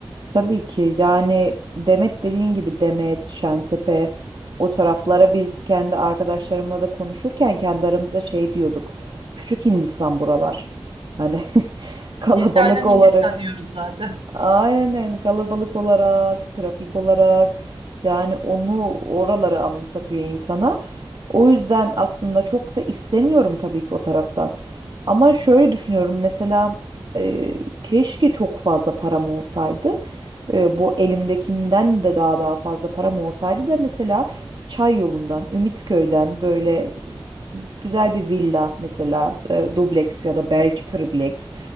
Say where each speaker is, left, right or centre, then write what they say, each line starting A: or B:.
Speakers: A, on the right; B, on the right.
A: Tabii ki yani Demet dediğin gibi Demet, Şentepe o taraflara biz kendi arkadaşlarımla da konuşurken kendi aramızda şey diyorduk. Küçük Hindistan buralar. Hani <laughs> kalabalık
B: Biz de aynen
A: olarak
B: Hindistan diyoruz zaten.
A: Aynen kalabalık olarak, trafik olarak yani onu oraları anımsatıyor insana. O yüzden aslında çok da istemiyorum tabii ki o taraftan. Ama şöyle düşünüyorum mesela e, keşke çok fazla param olsaydı. E, bu elimdekinden de daha daha fazla param olsaydı da mesela Çay yolundan, Ümitköy'den böyle güzel bir villa mesela e, dubleks ya da belki tripleks.